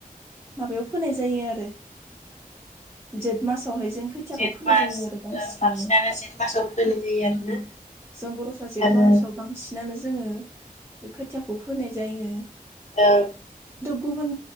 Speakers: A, on the right; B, on the left.
A: माबायाव फोनाय जायो आरो जेठ मास <unintelligible> खोथियाखौ
B: जेठ
A: फोनाय
B: मास
A: जायो आरो बांसिनानो
B: ओं जेठ मासाव फोनाय
A: <unintelligible>
B: जायो आरोना आरो
A: बांसिनानो जोङो खोथियाखौ फोनाय जायो।
B: ओं।
A: गुबुन